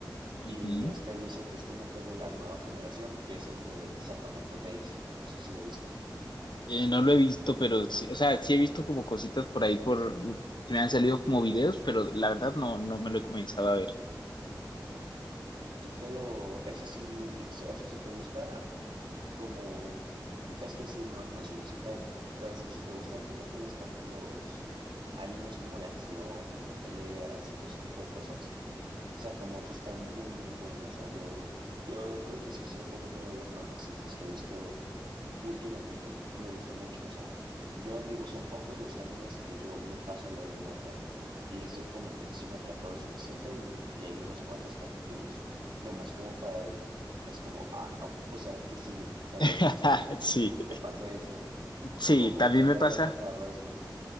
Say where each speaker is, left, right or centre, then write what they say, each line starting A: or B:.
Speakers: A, on the left; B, on the right.
A: ujú.
B: Y este dicen que es como que de la nueva generación, que es el de Sakamoto Days. No sé si lo viste.
A: Eh, no lo he visto, pero sí, o sea, sí he visto como cositas por ahí por que me han salido como videos, pero la verdad no, no me lo he comenzado a ver.
B: Sí te lo, ese sí, sí, o sea, si te gusta, como un- es que sí, uno no es un isekai, pero sí, si te gustan como que los cap- los animes como de acción y de peleas y todo ese tipo de cosas, Sakamoto está muy muy bueno, o sea, yo yo creo que sí ha sido como que de los mejorcitos que he visto Últimamente me gustó mucho, o sea, yo digo, son pocos los animes que yo me paso a leer el manga y ese como que sí me atrapó lo suficiente y leí unos cuantos capítulos, nomás como para, de- es como, ah, ocupo saber qué sigue, ¿sabes?
A: <laughs>
B: No sé si tú,
A: Sí,
B: si te pase eso
A: sí,
B: o con
A: también
B: cuál
A: me
B: te
A: pasa.
B: haya pasado eso.